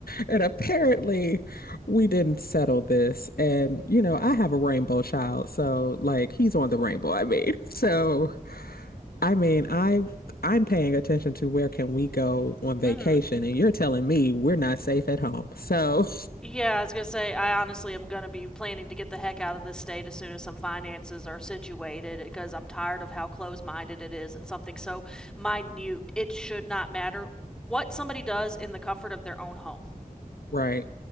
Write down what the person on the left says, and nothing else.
And apparently, we didn't settle this. And, you know, I have a rainbow child. So, like, he's on the rainbow, I mean. <laughs> So, I mean, I I'm paying attention to where can we go on vacation
and you're telling me we're not safe at home. So,
Right.